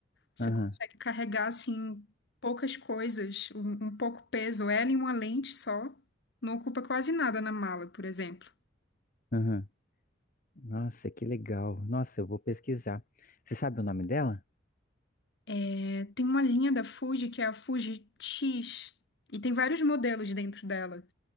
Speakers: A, on the left; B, on the left.
A: Você
B: Aham,
A: consegue carregar, assim, poucas coisas, um, um pouco peso. Ela e uma lente só. Não ocupa quase nada na mala, por exemplo.
B: aham. Nossa, que legal. Nossa, eu vou pesquisar. Você sabe o nome dela?
A: É, tem uma linha da Fuji que é a Fuji X. E tem vários modelos dentro dela.